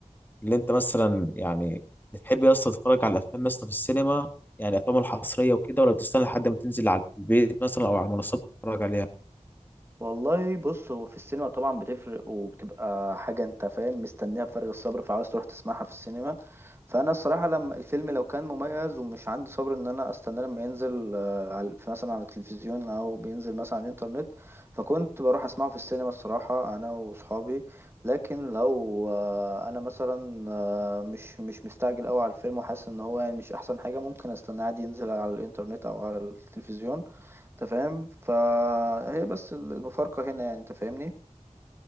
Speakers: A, on the left; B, on the right.
A: اللي انت مثلا يعني بتحب يا اسطى تتفرج على الافلام يا اسطى في السينما يعني الافلام الحصريه وكده ولا بتستنى لحد ما تنزل على البيت مثلا او على المنصات تتفرج عليها
B: والله بص هو في السينما طبعا بتفرق وبتبقى حاجة انت فاهم مستنيها بفارغ الصبر فعاوز تروح تسمعها في السينما فانا الصراحة لما الفيلم لو كان مميز ومش عندي صبر ان انا استناه لما ينزل آه، على في مثلا على التلفزيون او بينزل مثلا على الانترنت فكنت بروح اسمعه في السينما الصراحة انا وصحابي لكن لو آه، انا مثلا آه، مش مش مستعجل قوي على الفيلم وحاسس ان هو يعني مش احسن حاجة ممكن استناه عادي ينزل على الانترنت او على التلفزيون انت فاهم فهي بس المفارقة هنا يعني انت فاهمني